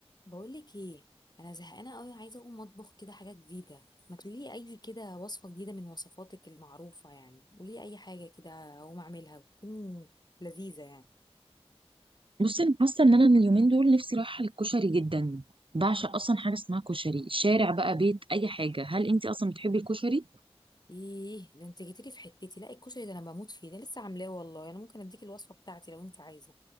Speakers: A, on the left; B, on the right.
A: بقولك ايه انا زهقانه قوي عايزه اقوم اطبخ كده حاجه جديده ما تقولي اي كده وصفه جديده من وصفاتك المعروفه يعني قولي اي حاجه كده اقوم اعملها تكون لذيذه يعني
B: بصي انا حاسه ان انا اليومين دول نفسي رايحه للكشري جدا بعشق اصلا حاجه اسمها كشري شارع بقى بيت اي حاجه هل انت اصلا بتحبي الكشري
A: ايه ده انت جيتيلي في حتتي لا الكشري ده انا بموت فيه ده لسه عاملاه والله انا ممكن اديك الوصفه بتاعتي لو انت عايزه